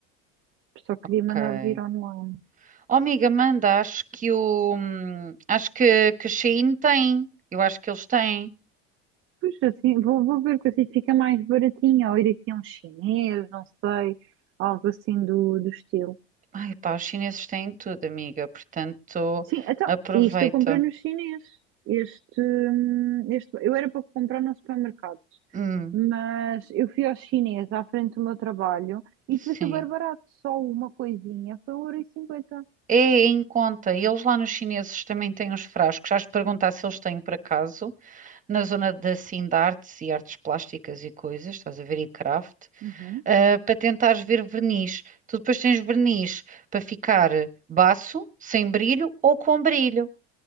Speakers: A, on the right; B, on the right.
A: só queria
B: ok.
A: mandar vir online.
B: Oh, amiga, manda, acho que o. hum, Acho que, que a Shein tem. Eu acho que eles têm.
A: Pois assim, vou, vou ver que assim fica mais baratinho, ou ir aqui a um chinês, não sei, algo assim do, do estilo.
B: Ai, pá, os chineses têm tudo, amiga. Portanto,
A: Sim, então,
B: aproveita.
A: isto eu comprei no chinês. Este, hum, este, eu era para comprar no supermercado,
B: Hum,
A: mas eu fui ao chinês à frente do meu trabalho e
B: sim.
A: isso foi super barato, só uma coisinha, foi um 1,50€.
B: É em conta. E eles lá nos chineses também têm uns frascos. Já te perguntar se eles têm por acaso, na zona da assim, de artes e artes plásticas e coisas, estás a ver, e craft,
A: Uhum.
B: ah, para tentares ver verniz. Tu depois tens verniz para ficar baço, sem brilho ou com brilho.